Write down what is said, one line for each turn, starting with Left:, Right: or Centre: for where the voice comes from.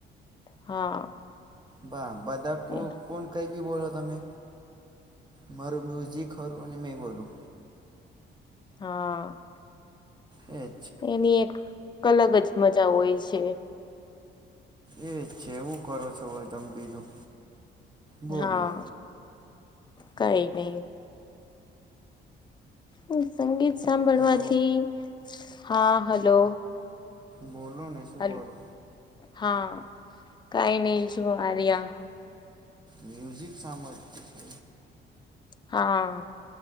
Left: હા.
Right: બા બદા કો
Left: હા
Right: કોન કંઈ બી બોલો તમે મારું મ્યુઝિક ખરું અને મેં બોલું
Left: હા.
Right: એ
Left: એની એક અલગ જ મજા હોય છે.
Right: એ છેવું કરો છો ભાઈ તમે બીજું બોલો
Left: હા કઈ નહી હુ સંગીત સાંભળવાથી
Right: હલો
Left: હા હલો
Right: બોલો ને શું
Left: હલો
Right: કરો?
Left: હા કઈ નહી શું આર્યા
Right: મ્યુઝિક સાભળતી છે.
Left: હા.